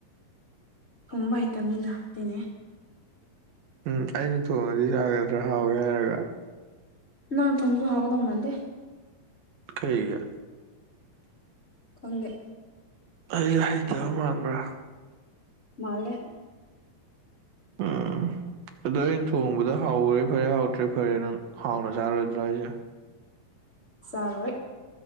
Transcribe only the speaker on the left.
ꯊꯣꯡꯕ ꯍꯥꯏꯇꯝꯅꯤꯅ ꯍꯩꯇꯕꯅꯤꯅ <unintelligible>
ꯅꯪꯅ ꯊꯣꯡꯑꯁꯨ ꯍꯥꯎꯒꯗꯧꯕ ꯃꯥꯟꯗꯦ
ꯈꯪꯗꯦ
ꯃꯥꯜꯂꯦ
ꯆꯥꯎꯔꯣꯏ